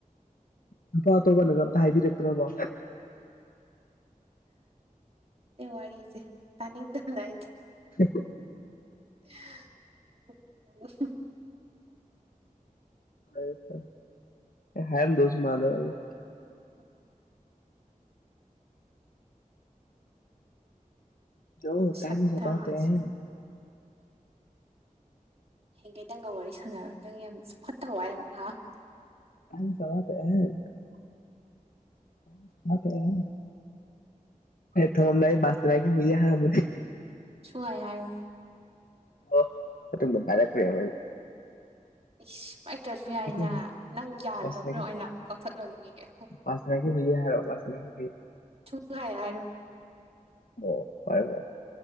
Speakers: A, on the left; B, on the right.
A: ꯅꯨꯄꯥ ꯑꯇꯣꯞꯄꯅꯒ ꯑꯝꯇ ꯍꯥꯏꯕꯤꯔꯛꯇ꯭ꯔꯕꯣ
B: ꯋꯥꯔꯤꯁꯦ ꯇꯥꯅꯤꯡꯗꯕꯅ ꯑꯩꯗꯤ
A: <unintelligible>
B: <unintelligible>
A: ꯐꯥꯔꯦ ꯐꯥꯔꯦ ꯑꯩ ꯍꯥꯏꯔꯝꯗꯣꯏꯁꯨ ꯃꯥꯟꯗꯕ ꯑꯩ
B: ꯎꯝ
A: <unintelligible>
B: ꯁꯛ ꯊꯥꯁꯦ ꯍꯌꯦꯒꯩ ꯅꯪꯒ ꯋꯥꯔꯤ ꯁꯥꯟꯅꯔꯔꯣꯏ ꯅꯪ ꯌꯥꯝ ꯆꯥꯎꯈꯠꯇꯕ ꯋꯥ ꯌꯥꯝ ꯉꯥꯡꯉꯦ
A: <unintelligible> <unintelligible> ꯍꯦꯛ ꯇꯧꯔꯥꯝꯗꯥꯏ ꯕꯥꯁꯇꯔ ꯃꯤ ꯍꯥꯏꯔꯝ
B: ꯁꯨꯍꯥꯏ ꯍꯥꯏꯔꯣꯏ
A: ꯑꯣ ꯃꯊꯪꯗ ꯄꯥꯔꯛꯄ꯭ꯔ ꯌꯦꯡꯉꯨ ꯑꯩꯅ
B: ꯏꯁ ꯄꯥꯏꯔꯛꯇ꯭ꯔꯁꯨ ꯌꯥꯏꯅꯥ
A: ꯍꯨꯏ
B: ꯅꯪ ꯌꯥꯍꯟꯗꯕ꯭ꯔꯥ
A: ꯕꯥꯁꯇꯅꯥꯒꯤ
B: ꯌꯦꯡꯉꯨ ꯑꯩꯅ ꯀꯛꯊꯠꯍꯜꯂꯨꯒꯤꯒꯦ
A: ꯕꯥꯁꯇꯅꯥꯒꯤ <unintelligible>
B: ꯁꯨꯡꯍꯥꯏ ꯍꯥꯏꯔꯣꯏ
A: ꯑꯣ ꯐꯥꯔꯦ ꯐꯥꯔꯦ